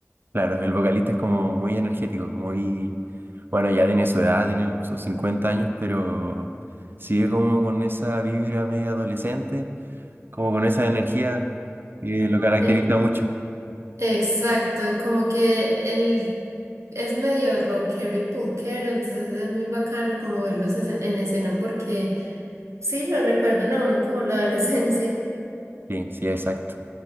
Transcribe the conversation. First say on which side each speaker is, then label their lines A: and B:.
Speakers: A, on the right; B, on the right.
A: Claro, el vocalista es como muy energético, muy... Bueno, ya tiene su edad, tiene sus 50 años, pero sigue como con esa vibra medio adolescente, como con esa energía que lo caracteriza
B: Eh,
A: mucho.
B: Exacto, como que el es medio rockero y punkero, entonces es muy bacano como verlos ese- en escena porque sí, lo recuerdan a uno como la <laughs> adolescencia.
A: Sí, sí, exacto.